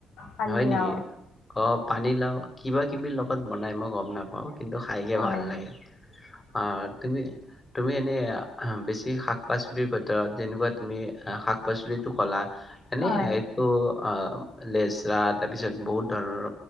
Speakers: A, on the left; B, on the left.
A: পানীলাও।
B: হয় নেকি? অ, পানী লাও কিবা বিৰ লগত বনাই মই গম নাপাওঁ কিন্তু খাইকে
A: হয়,
B: ভাল লাগে। অ', তুমি তুমি এনে বেছি শাক পাচলিৰ ভিতৰত যেনেকুৱা তুমি শাক পাচলিত এইটো কলা এনেে
A: হয়,
B: এইটো অ, লেজ তাৰ পিছত বহুত ধৰণৰ